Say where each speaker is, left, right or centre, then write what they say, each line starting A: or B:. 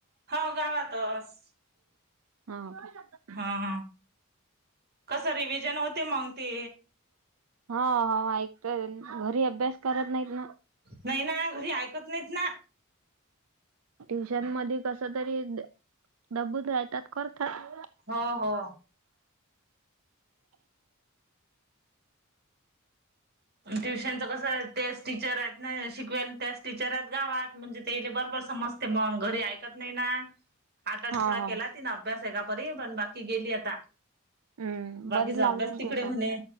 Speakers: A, on the right (about 50°); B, on the right (about 70°).
A: हो गावातस.
B: हा का?
A: हा ह कस रिव्हजन होते मंग ते
B: हो हो ऐकत घरी अभ्यास करत नाहीत ना.
A: नाही ना घरी ऐकत नाहीत ना.
B: ट्युशन मध्ये कस तरी दबून राहतात करतात.
A: हो हो. ट्युशनच कसं तेच टीचर आहेत ना यांना शिकवलेत त्या टीचरात गावात म्हणजे तेले बरोबर समजते मग घरी ऐकत नाही ना आता
B: हा
A: थोडा
B: हा
A: केला तिन अभ्यास आहे का परी पण बाकी गेली आता
B: हम्म बरीच
A: बाकीचा
B: लावले
A: अभ्यास
B: ना
A: तिकडे
B: ट्युशन
A: म्हणे?